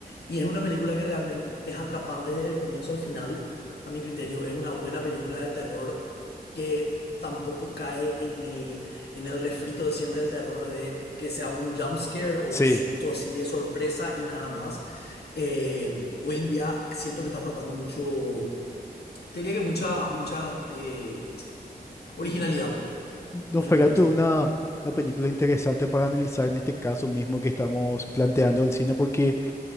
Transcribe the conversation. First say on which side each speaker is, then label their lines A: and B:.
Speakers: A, on the left (about 80°); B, on the left (about 15°).
A: Y es una película que realmente es atrapante desde el comienzo al final, a mi criterio, es una buena película de terror que tampoco cae en el en el refrito de siempre el terror de que sea un jump scare o
B: sí.
A: un susto así de sorpresa y nada más. Eh, hoy en día siento que está faltando mucho, te diría que mucha, mucha eh, originalidad.
B: Nos
A: No sé
B: pegaste
A: qué opinas.
B: una, una película interesante para analizar en este caso mismo que estamos planteando el cine, porque